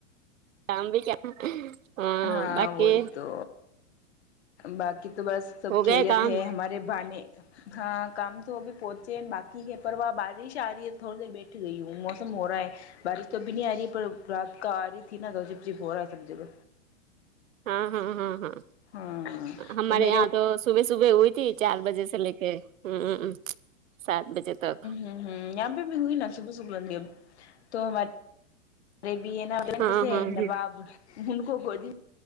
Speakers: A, on the right (about 90°); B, on the left (about 55°).
A: <unintelligible>
B: ہاں
A: باقی
B: وہی تو باقی تو بس سب
A: ہو گئے
B: خیریت
A: کام
B: ہے ہمارے بانے ہاں کام تو وہ بھی پہنچے ہیں باقی ہے پر وہ بارش آ رہی ہے تھوڑی دیر بیٹھ گئی ہوں موسم ہو رہا ہے بارش تو اب بھی نہیں آ رہی ہے پر رات کو آ رہی تھی ناں تو چپ چپ ہو رہا ہے سب جگہ
A: ہاں ہاں ہاں ہاں
B: ہاں
A: ہمارے
B: میرے
A: یہاں
B: وہ
A: تو صبح صبح ہوئی تھی چار بجے سے لے کے ہمم سات بجے تک
B: ہمم ہمم یہاں پہ بھی ہوئی نا صبح صبح ہوئی اب تو ہماریے ارے بھی ہے چھوٹے
A: ہاں
B: سے
A: ہاں
B: نواب
A: ہ
B: ان کو گودی